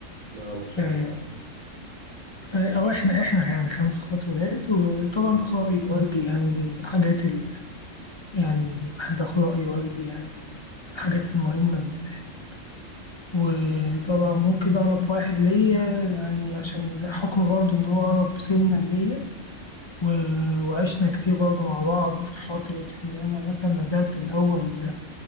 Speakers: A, on the right; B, on the left.
A: آه ما شاء
B: آه،
A: الله
B: آه، او احنا احنا يعني خمس اخوات ولاد وطبعا
A: مم.
B: باخد راي والدي يعني دي من الحاجات اللي يعني بحب اخد راي والدي يعني في الحاجات المهمه بالذات وطبعا ممكن أقرب واحد ليا يعني عشان حكم برضه إن هو أقرب سنا ليا و- وعشنا كتير برضه مع بعض في فترة إن أنا مثلا نزلت الأول